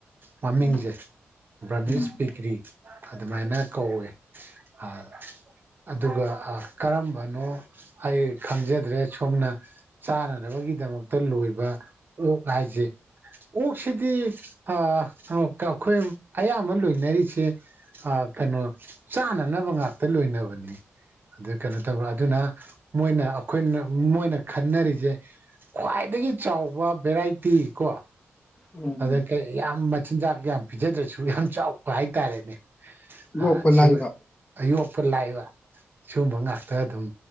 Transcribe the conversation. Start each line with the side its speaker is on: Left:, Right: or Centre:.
Right: ꯃꯃꯤꯡꯁꯦ
Left: ꯑꯥ
Right: ꯕ꯭ꯔꯃꯤꯁ
Left: ꯎꯝ
Right: ꯄꯤꯀ꯭ꯔꯤ ꯑꯗꯨꯃꯥꯏꯅ ꯀꯧꯋ‌ꯦ ꯑ ꯑꯗꯨꯒ ꯑ ꯀꯔꯝꯕꯅꯣ ꯑꯩ ꯈꯪꯖꯗ꯭ꯔꯦ ꯁꯣꯝꯅ ꯆꯥꯅꯅꯕꯒꯤꯗꯃꯛꯇ ꯂꯣꯏꯕ ꯑꯣꯛ ꯍꯥꯏꯁꯦ ꯑꯣꯛꯁꯤꯗꯤ ꯐꯥ ꯀ ꯑꯩꯈꯣꯏ ꯑꯌꯥꯝꯕ ꯂꯣꯏꯅꯔꯤꯁꯦ ꯑ ꯀꯩꯅꯣ ꯆꯥꯅꯅꯕ ꯉꯥꯛꯇ ꯂꯣꯏꯅꯕꯅꯤ ꯑꯗꯨ ꯀꯩꯅꯣ ꯇꯧꯕ ꯑꯗꯨꯅ ꯃꯣꯏꯅ ꯑꯩꯈꯣꯏꯅ ꯃꯣꯏꯅ ꯈꯟꯅꯔꯤꯁꯦ ꯈ꯭ꯋꯥꯏꯗꯒꯤ ꯆꯥꯎꯕ ꯚꯦꯔꯥꯏꯇꯤ ꯀꯣ
Left: ꯎꯝ
Right: ꯑꯗ ꯀꯩ ꯌꯥꯝ ꯃꯆꯤꯟꯖꯥꯛ ꯌꯥꯝ ꯄꯤꯖꯗ꯭ꯔꯁꯨ ꯌꯥꯝ ꯆꯥꯎꯕ ꯍꯥꯏꯇꯥꯔꯦꯅꯦ ꯑ
Left: ꯌꯣꯛꯄ
Right: ꯁꯤ
Left: ꯂꯥꯏꯕ
Right: ꯑꯌꯣꯛꯄ ꯂꯥꯏꯕ ꯁꯤꯒꯨꯝꯕ ꯉꯥꯛꯇ ꯑꯗꯨꯝ